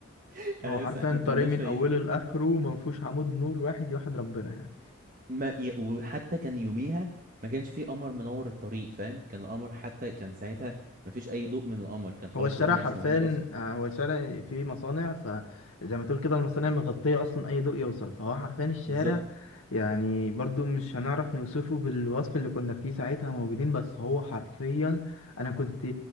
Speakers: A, on the right; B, on the left.
A: <laughs>
B: هو
A: انا
B: حرفيا
A: لسه احنا ما كناش
B: طريق من
A: فاهمين
B: اوله لاخره ما فيهوش عمود نور واحد يوحد ربنا يعني
A: ما ي... وحتى كان يوميها ما كانش فيه قمر منور الطريق فاهم كان القمر حتى كان ساعتها ما فيش اي ضوء من القمر كان خلاص
B: هو الشارع
A: القمر
B: حرفيا
A: مش موجود اصلا
B: آه، هو الشارع فيه مصانع فزي ما تقول كده المصانع مغطية أصلا أي ضوء يوصل فهو حرفيا الشارع
A: بالظبط
B: يعني برضو مش هنعرف نوصفه بالوصف اللي كنا فيه ساعتها موجودين بس هو حرفيا أنا كنت